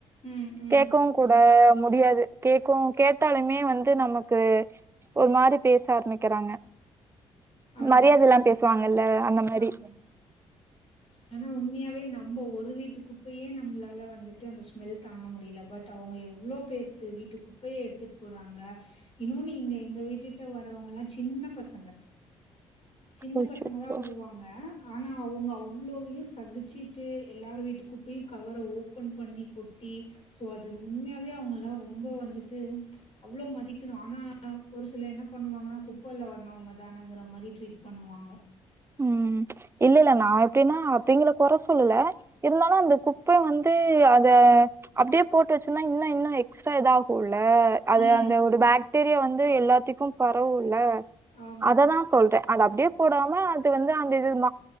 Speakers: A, on the left; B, on the right.
A: ம் ம்
B: கேட்கவு கூட முடியாது கேட்கவு கேட்டாலுமே வந்து நமக் கு ஒரு மாரி பேச ஆரம்பிக்கிறாங்க
A: ஆமா
B: மரியாத இல்லாம பேசுவாங்கல்ல அந்த மாரி
A: ஆமா ஆனா உண்மையாவே நம்ம ஒரு வீட்டுக்குப்பையே நம்மளால வந்துட்டு அந்த ஸ்மெல் தாங்க முடியல பட் அவங்க எவ்ளோ பேத்து வீட்டு குப்பைய எடுத்துட்டு போறாங்க இன்னொன்னு இங்க எங்க வீட்டுட்ட வரவங்கெல்லா சின் சின்ன பசங்க சின்ன
B: அச்சச்சோ
A: பசங்க தா வருவாங்க ஆனா அவுங்க அவு இவ்ளோவையும் சகிச்சிட்டு எல்லாரு வீட்டுக்குப்பயும் கவர ஓபன் பண்ணி கொட்டி சோ அது உண்மையாவே அவுங்க எல்லாம் ரொம்ப வந்துட்டு அவ்ளோ மதிக்கணும் ஆனா ஒரு சில என்ன பண்ணுவாங்க ஆனா குப்ப அள்ள வந்தவுங்க தானங்கிற மாதிரி ட்ரீட் பண்ணுவாங்க
B: உம் இல்ல இல்ல நான் எப்டின்னா அவிங்கள கொற சொல்லல இருந்தாலும் அந்த குப்ப வந்து அத அப்படியே போட்டு வச்சோனா இன்னு இன்னு எக்ஸ்ட்ரா இதாகும்ல ல்ல அது
A: ம்.
B: அந்த ஒரு பாக்டீரியா வந்து எல்லாத்திக்கும் பரவுல
A: ஆமா.
B: அததா சொல்ற அது அப்படியே போடாம அது வந்து அந்த இது ம